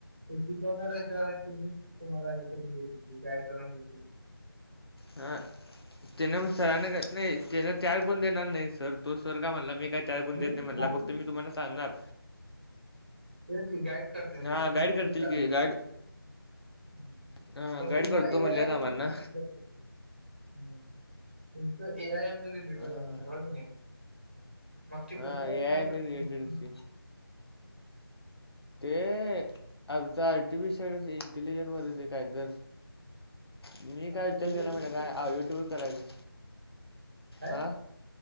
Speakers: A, on the right; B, on the left.
A: <unintelligible> आहेत तिनी तुम्हाला हे करून घेतील गाईड करून घेतील.
B: हा त्यानं सरानं नाही त्यानं तयार करून देणार नाही, सर तो सर का म्हटला मी काय
A: <inaudible>
B: चार कोण
A: होय
B: देत नाही म्हणला फक्त मी तुम्हाला सांगणार
A: ते गाईड करतील
B: हा
A: त्यांही
B: गाईड
A: तुम्ही
B: करतील
A: करायचं
B: की गाईड
A: असतं ते. हम्म,
B: हा
A: मग
B: गाईड
A: तुमचा
B: करतो
A: ए
B: म्हणल्यात
A: आय <unintelligible>
B: आम्हाला
A: हम्म तुमचं A I M L related
B: हा
A: असणार होय का नाही? मग ते कसले
B: हा ए
A: असणार,
B: आय
A: अं
B: रिलेटेड
A: तुमचं?
B: की ते आमचा आर्टिफिशियल इंटेलिजन वरच ये कायतर. मी काय
A: आता
B: विचार
A: केवढं
B: केला
A: किती
B: म्हटलं,
A: करायचं
B: काय आ यु ट्युब करायचं.
A: अं
B: हां